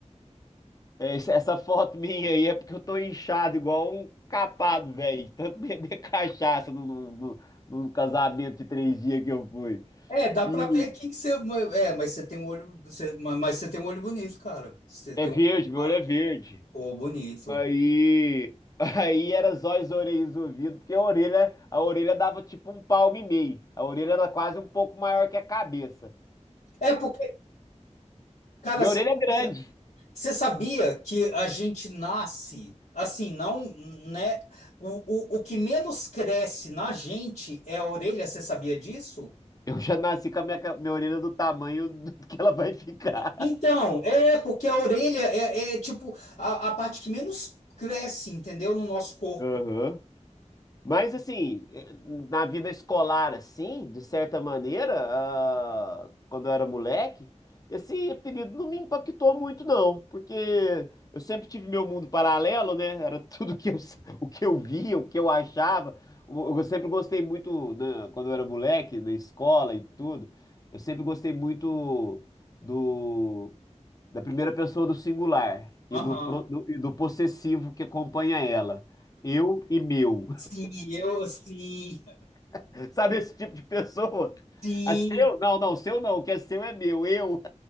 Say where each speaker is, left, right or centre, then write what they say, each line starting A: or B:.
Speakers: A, on the left; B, on the left.
A: É, Esse- Essa foto minha aí é porque eu tô inchado igual um capado, velho. de Tanto beber <laughs> cachaça no, no, no- no casamento de três dias que eu fui.
B: É, dá
A: E
B: pra ver aqui que você. É, mas você tem um olho. Você, mas você tem um olho bonito, cara. Você
A: é
B: tem
A: verde,
B: um olho claro.
A: meu olho é verde.
B: Pô, bonito.
A: Aí, <laughs> aí era zóio, orelhas, e ouvido, porque a orelha, a orelha dava tipo um palmo e meio. A orelha era quase um pouco maior que a cabeça
B: É porque, cara,
A: Minha
B: você
A: orelha
B: sabia,
A: é grande.
B: você sabia que a gente nasce assim, não, né? O, o, o que menos cresce na gente é a orelha, você sabia disso?
A: Eu já nasci com a minha, ca- minha orelha do tamanho do <laughs> que ela vai ficar.
B: Então, é porque a orelha é, é, tipo a, a parte que menos cresce, entendeu? No nosso corpo.
A: <laughs> Aham. Mas assim, eh, na vida escolar, assim, de certa maneira, ah, quando eu era moleque, esse apelido não me impactou muito, não, porque eu sempre tive meu mundo paralelo, né? Era <laughs> tudo que eu, s- <laughs> o que eu via, o que eu achava. Eu eu sempre gostei muito, né, quando eu era moleque, na escola e tudo. Eu sempre gostei muito do da primeira pessoa do singular e
B: Aham.
A: do, pro- do- e do possessivo que acompanha ela. Eu e meu.
B: Sim, eu, sim,
A: <laughs> Sabe esse tipo de pessoa?
B: sim.
A: A seu? Não, não, seu não. O que é seu é meu, eu.